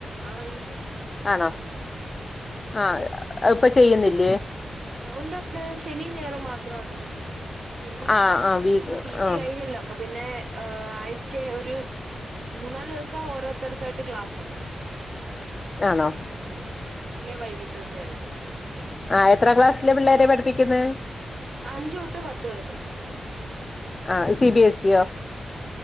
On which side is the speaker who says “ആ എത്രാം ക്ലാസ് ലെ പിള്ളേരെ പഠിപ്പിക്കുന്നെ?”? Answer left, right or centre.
Left